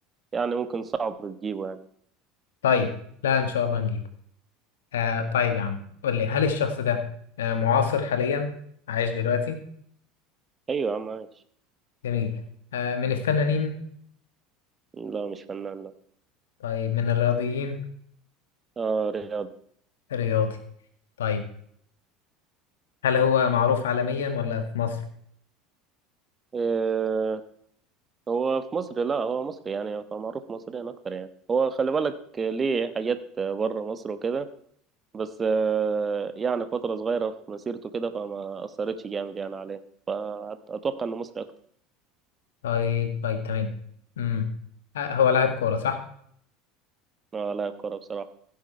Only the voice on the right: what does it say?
يعني ممكن صعب تجيبه يعني
ايوه ماشي
لا مش فنان لا
آه رياضي
آه هو في مصر لا هو مصري يعني هو معروف مصريا اكتر يعني هو خلي بالك ليه حاجات بره مصر وكده بس آه يعني فترة صغيرة في مسيرته كده فما اثرتش جامد يعني عليه أت- اتوقع انه مصري اكتر
اه لاعب كورة بصراحة